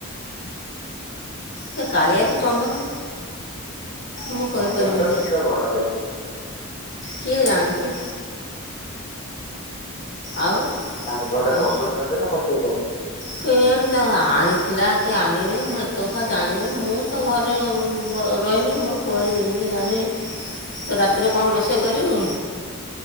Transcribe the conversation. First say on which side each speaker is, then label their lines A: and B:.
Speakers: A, on the left; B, on the left.
A: ସେ କାଳିଆ କି ଚନ୍ଦନ? ମୁଁ କହିପାରିବିନି
B: ଚନ୍ଦନ ତ ଟିକେ ବଡ଼ ହେଇ
A: କିଏ ଜାଣଚି? ଆଉ।
B: ତାଙ୍କ ଘରେ
A: କ-
B: ପସଉଛନ୍ତି ନା ପସଇ ଛନ୍ତି? <unintelligible>
A: କେଜାଣି ତାକୁ ଆଣିଥିଲା କି ଆଣିନେଇ ମୁଁ ଏତେ କଥା ଜାଣିନି ମୁଁ ତ ଘରେ ବ ରହିନି ମୋର କୁଆଡ଼େ ଯେମିତି ଜାଣି ତ ରାତିରେ କଣ ରୋଷେଇ କରିବୁ?